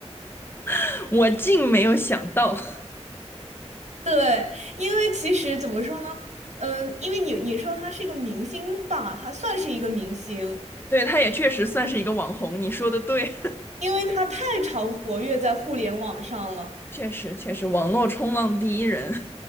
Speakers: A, on the left; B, on the right.
A: <laughs> 我竟没有想到，
B: 对，因为其实怎么说呢，嗯、因为你你说他是一个明星吧，他算是一个明星，
A: <laughs> 对，他也确实算是一个网红。你说的对，
B: 因为他太常活跃在互联网上了。
A: <laughs> 确实确实，网络冲浪第一人。